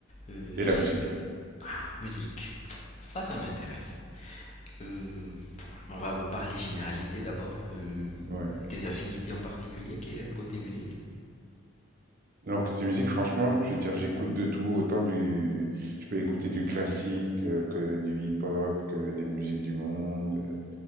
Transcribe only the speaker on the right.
Et
la musique,
ouais.
Donc, la musique, franchement, je veux dire, j'écoute de tout, autant du... Je peux écouter du classique, euh, que du hip-hop, que des musiques du monde. euh.